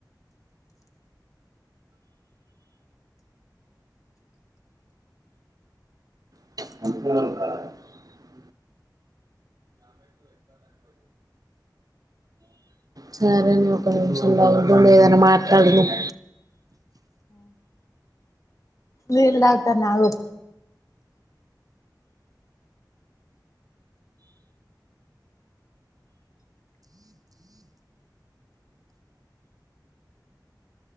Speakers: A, on the right; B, on the left.
A: <unintelligible> సరేనే ఒక్కనిమిషం లైన్లుండు ఏదన్న మాట్లాడుదాం
B: నీళ్ తాగుతన్న ఆగు